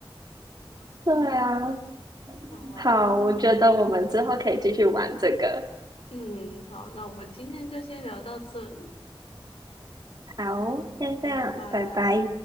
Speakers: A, on the right; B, on the left.
A: <laughs> 对啊，
B: 好啊，
A: 好，
B: 那
A: 我觉得我们之后可以继续玩这个。
B: 嗯，好，那我们今天就先聊到这里，
A: 好，先这样，
B: 拜拜。
A: 拜拜。